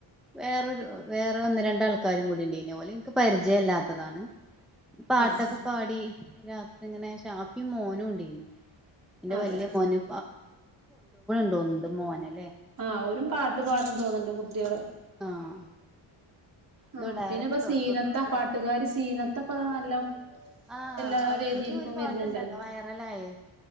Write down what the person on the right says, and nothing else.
ആഹ്
അതെ
ആഹ് ഓരും പാട്ടു പാടും തോന്നുന്നുണ്ട് കുട്ടികൾ
ആഹ്
പിന്നെ ഇപ്പ സീനത്ത
ആ പാട്ടുകാരി സീനത്ത <inaudible>
എല്ലാ
വേദിലെക്കും
വരുന്നുണ്ടല്ലോ